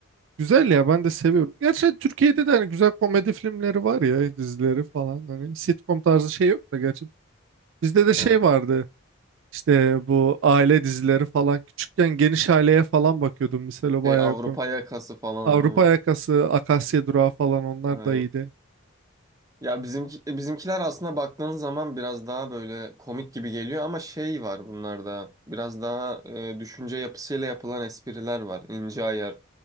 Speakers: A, on the right (about 65°); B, on the right (about 15°).
A: güzel ya ben de seviyorum. Gerçi Türkiye'de de hani güzel komedi filmleri var ya dizileri falan. Hani sitcom tarzı şey yok da gerçi. Bizde de şey
B: Evet.
A: vardı işte bu aile dizileri falan. Küçükken Geniş Aile'ye falan bakıyordum. Mesela bayağı
B: Şey Avrupa
A: kom-
B: yakası falan
A: Avrupa
B: değil
A: Yakası,
B: mi?
A: Akasya Durağı falan onlar
B: Aynen.
A: da iyiydi.
B: Ya bizimki, bizimkiler aslında baktığın zaman biraz daha böyle komik gibi geliyor ama şey var bunlarda. Biraz daha e, düşünce yapısıyla yapılan espriler var. İnce ayar